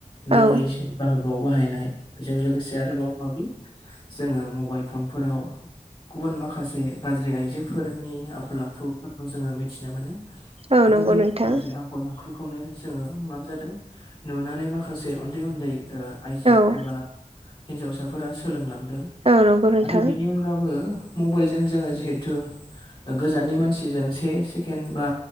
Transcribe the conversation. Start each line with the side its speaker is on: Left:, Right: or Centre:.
Left: नाङैसै
Right: औ
Left: बाहागोआव बाहायनाय बेजों लोगोसे आरोबाव माबि जोङो मबाइल फनफोराव गुबुन माखासे गाज्रि आइजो फोरनि आखल आखुफोरखौ जोङो मिथिनो मोनो
Right: औ
Left: आरो
Right: नंगौ
Left: बे
Right: नोंथां
Left: गाज्रि आखल आखु खुखौनो जोङो मा जादों नुनानै माखासे उन्दै उन्दै ओ आइजो
Right: औ
Left: एबा हिनजावसाफोरा सोलोंलांदों
Right: औ नंगौ नोंथां
Left: आरो बिनि अन गाबो मबेइलजों जोङो जिहेथु गोजाननि मानसिजों से सेकेण्ड बा